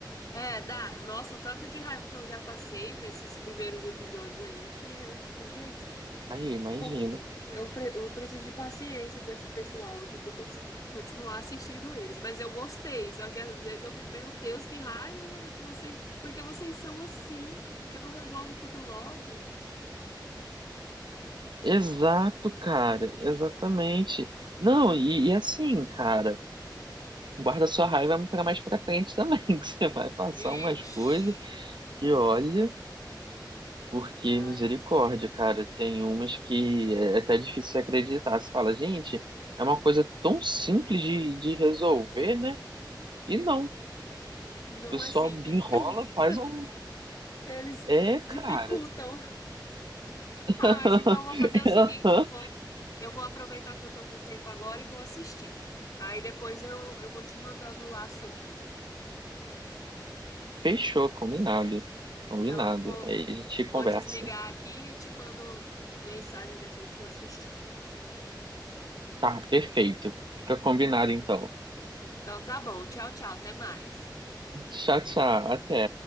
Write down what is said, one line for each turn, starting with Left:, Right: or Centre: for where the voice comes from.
Left: É, dá. Nossa, o tanto de raiva que eu já passei nesses primeiros episódios aí que eu fico, gente,
Right: Aí, imagino.
Left: como eu, pre- eu preciso de paciência com esse pessoal aqui pra eu consi- continuar assistindo eles. Mas eu gostei, só que às vezes eu fico, meu Deus, que raiva que vocês, porque vocês são assim, que não resolve tudo logo.
Right: Exato, cara, exatamente. Não, e, e assim, cara, guarda sua raiva pra mais pra frente também, <laughs> que você vai passar
Left: Vixe.
Right: umas coisas que olha, porque
Left: Ai,
Right: misericórdia,
Left: gente,
Right: cara, tem umas que é é até difícil de acreditar. Você fala, gente, é uma coisa tão simples de, de resolver, né? E não, o
Left: não
Right: pessoal
Left: é simples.
Right: enrola,
Left: <laughs>
Right: faz um.
Left: Eles
Right: É,
Left: dificultam.
Right: cara.
Left: Ah,
Right: <laughs>
Left: mas então eu vou fazer o seguinte, eu vou eu vou aproveitar que eu tô com tempo agora e vou assistir. Aí depois eu, eu vou te mandando lá sobre.
Right: Fechou, combinado.
Left: Então
Right: Combinado.
Left: eu vou
Right: Aí a gente
Left: vou
Right: conversa.
Left: desligar aqui e te mando mensagem depois que eu assistir.
Right: Tá, perfeito. Fica combinado então.
Left: Então tá bom, tchau, tchau, até mais.
Right: Tchau, tchau. Até.